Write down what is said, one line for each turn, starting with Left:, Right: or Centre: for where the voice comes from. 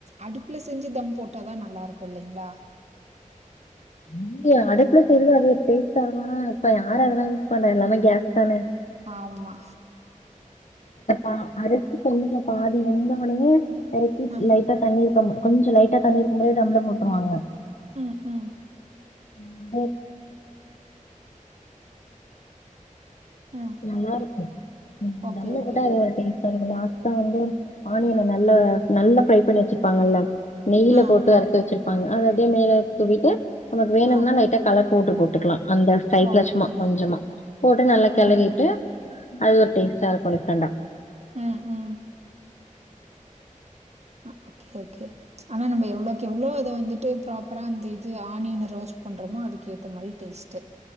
Right: அடுப்புல செஞ்சு தம் போட்டாதா நல்லா இருக்கு இல்லைங்ளா
Left: இல்லியே அடுப்புல செய்றது அது ஒரு டேஸ்ட்டாருக்கு ஆனா இப்ப யாரு அதெல்லா யுஸ் பண்றா எல்லாமே கேஸ் தான
Right: ஆம்மா
Left: ஆ அரிசி கொஞ்சோ பாதி வெந்தவோடனே பேரட்டி
Right: ஆ
Left: லைட்டா தண்ணி ஊத்த கொஞ்சோ லைட்டா தண்ணி இருக்கும்போதே தம்ல போட்ருவாங்க
Right: ம் ம்
Left: <inaudible>
Right: ஆ
Left: நல்லாருக்கு
Right: ஓகே
Left: தம்ல
Right: ஓகே
Left: போட்டா அது ஒரு டேஸ்ட் சரி இப்ப லாஸ்டா வந்து ஆனியன நல்லா நல்லா ஃப்ரை பண்ணி வச்சிருப்பாங்கல்ல நெய்ல
Right: ஆ
Left: போட்டு
Right: ஆ
Left: வறுத்து வச்சிருப்பாங்க அத அப்டே மேல தூவிட்டு நமக்கு வேணும்னா
Right: ஆ
Left: லைட்டா கலர் போவுட்ரு போட்டுக்கலா அந்த சைய்ட்ல
Right: ஓகே
Left: சும்மா கொஞ்சமா போட்டு
Right: ஆ
Left: நல்லா கெளறிட்டு
Right: ஆ
Left: அது ஒரு டேஸ்ட்டாருக்கு டிஃப்ரண்ட்டா
Right: ம் ம் ஆ, ஓகே ஓகே ஆனா நம எவ்ளோக் எவ்ளோ இத வந்துட்டு ப்பாப்பரா அந்த இது ஆனியன ரோஸ்ட் பண்றமோ அதுக்கேத்த மாரி டேஸ்ட்டு